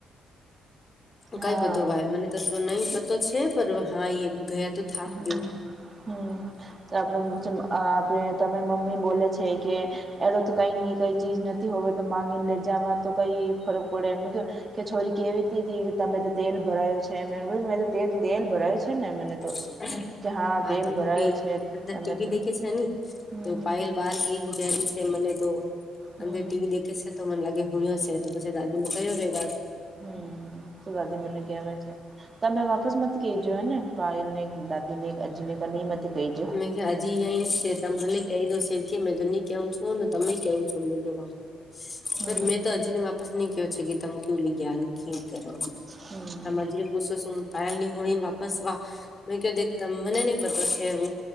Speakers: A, on the left; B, on the right.
A: કઈ
B: હા
A: બતો ભાઈ મને. તો તો ન પતો છે પણ હા એ ગયા તો થાજુ.
B: હમ હમ આપડ આપે તમે મમ્મી બોલે છે કે. એલો તો કઈ નઈ કઈ ચીજ નથી હોવે તો માંગીને લેજવા તો કઈ ફરક પડે એ. કે છોરી કેવીતી હતી તમે તો તેલ ભરાયું છે મે મે તેલ ભરાયું છે. ને મને તો
A: હ.
B: કે
A: હા
B: તેલ
A: તો
B: ભરાયો
A: કઈ
B: છે
A: અંદર
B: તમે
A: ટીવી
B: તો
A: દેખે છે ને
B: હમ
A: તો પાયલ બાર કે. મને તો
B: હમ
A: અંદર ટીવી દેખે છે તો મને લાગે હયયો છે તો પછી દાદીને કહ્યો વાત.
B: હમ તો દાદી મને ક વ છે ત મે વાપસ મત. કે જો હૈ ને પાયલ દાદીને અજીને ક નહીમતે કહી જ.
A: મે હજી અં છે તમે ભલે કહી દો છે કે મે જની કેવ છું ને તમે કેવ છો મે જોવા.
B: હમ
A: સર મેં તો હજીને વાપસ ન કહ્યો છે કે તમે કેવલી જ્ઞાન ક કરો.
B: હમ.
A: મજને પૂછો છું હું કાયલ ની હોડી વાપસવા મેં ક દેખતા મને નહ પતો છે હ.